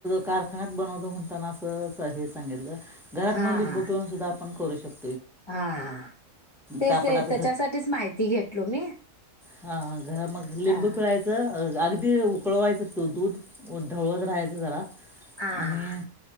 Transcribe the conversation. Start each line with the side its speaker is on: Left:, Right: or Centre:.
Centre: कारखान्यात बनवतो म्हणताना असं हे सांगितलं. घरात
Left: हा
Centre: म लिंबू
Left: हा
Centre: पिळून सुद्धा आपण करू शकतोय.
Left: हा तेच
Centre: कापडात
Left: त्याच्यासाठीच माहिती घेतलो मी-
Centre: हा घर मग लिंबू-
Left: हा
Centre: पिळायच अगदी उकळवायचं तू दूध ढवळत राहायचं जरा
Left: हा
Centre: आणि